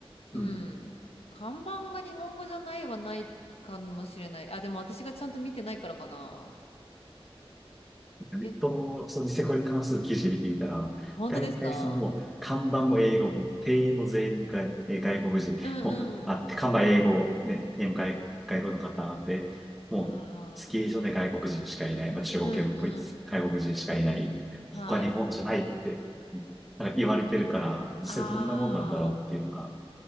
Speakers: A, on the left (about 75°); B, in the centre.
A: うん。
B: うん
A: 看板が日本語じゃないはないかもしれない。あ、でも私がちゃんと見てないからかな。
B: ネットのそのニセコに関する記事見ていたら、
A: え、本当ですか
B: 大体そのもう、看板も英語も、店員も全員外、えー外国人、
A: うんうん。
B: もう、あ、看板英語、ね、店員も外、外国の方で、もう、
A: ああ
B: スキー場で外国人しかいない、まあ、中国系もこいつ、
A: うんうん。
B: 外国人しかいない、
A: はい。
B: 他日本じゃないって、うんなんか言われてるから、実際どんなもんなんだろうっていうのが、
A: ああ、